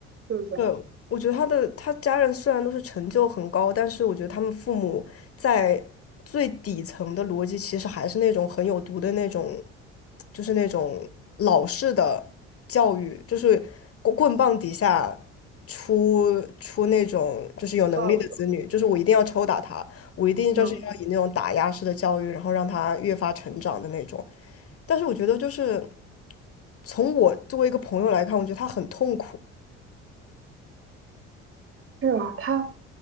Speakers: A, on the right; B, on the left.
A: 是不是？
B: 对，我觉得他的他家人虽然都是成就很高，但是我觉得他们父母在最底层的逻辑其实还是那种很有毒的那种，就是那种老式的教育，就是棍棍棒底下出出那种就是有能力的子女，
A: 不知道，
B: 就是我一定要抽打他，我一定就是要以那种打压式的教育，
A: 嗯，
B: 然后让他越发成长的那种。但是我觉得就是从我作为一个朋友来看，我觉得他很痛苦。
A: 是啊，他。